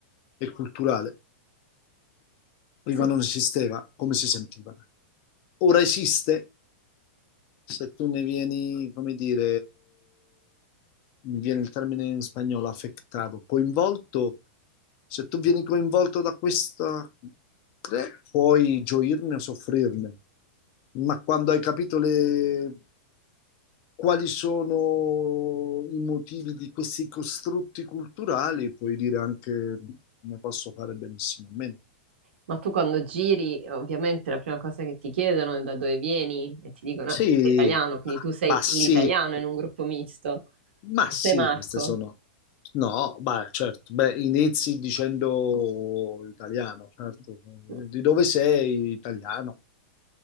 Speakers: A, on the left; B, on the right.
A: e culturale. Prima
B: Sì,
A: non esisteva, come si sentiva? Ora esiste se tu ne vieni, come dire, mi viene il termine in spagnolo, affettato, coinvolto, se tu vieni coinvolto da questa, cre- puoi gioirne o soffrirne, ma quando hai capito le- quali sono i motivi di questi costrutti culturali, puoi dire anche ne posso fare benissimo a meno.
B: ma tu quando giri, ovviamente la prima cosa che ti chiedono è da dove vieni e ti dicono,
A: Sì,
B: "Ah, sei italiano, quindi tu sei
A: bah sì,
B: l'italiano in un gruppo misto.
A: Ma sì,
B: Sei Marco.
A: queste sono... No, ma certo, beh, inizi dicendo italiano, certo. Di
B: Mm.
A: dove sei? Italiano.